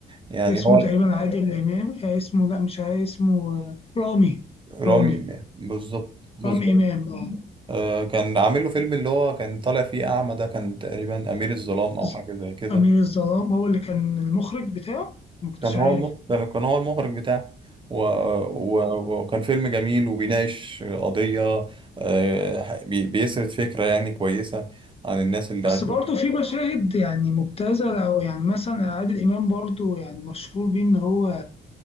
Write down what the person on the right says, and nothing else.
يعني
هو
رامي
بالظبط بالظبط
آه، كان عامل له فيلم اللي هو كان طالع فيه اعمى ده كان تقريبا امير الظلام او
حاجة زي كده
كان هو
المخرج كان كان هو المخرج بتاعه و... و... وكان فيلم جميل وبيناقش قضية آه، بي- بيسرد فكرة يعني كويسة عن الناس اللي
عايشين